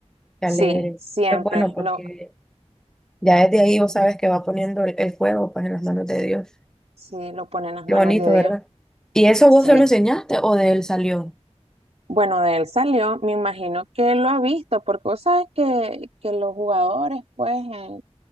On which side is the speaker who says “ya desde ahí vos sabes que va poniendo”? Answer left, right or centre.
Centre